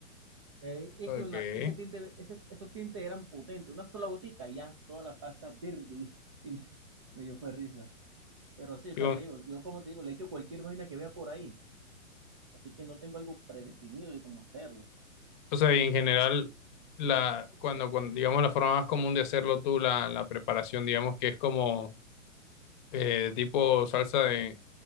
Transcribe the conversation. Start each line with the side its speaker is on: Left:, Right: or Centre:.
Right: Eh, y
Left: Ok.
Right: es que una,
Left: ¿Y
Right: ese tinte, ese- esos tintes eran potentes, una sola botica y ya toda la pasta verde <laughs> y me, me dio fue risa. Pero sí, o
Left: con,
Right: sea, te digo, yo como te digo, le echo cualquier vaina que vea por ahí, así que no tengo algo predefinido de cómo hacerlo.
Left: O sea, y en general, la, cuando, cuando, digamos, la forma más común de hacerlo tú, la, la preparación, digamos que es como eh, tipo salsa de,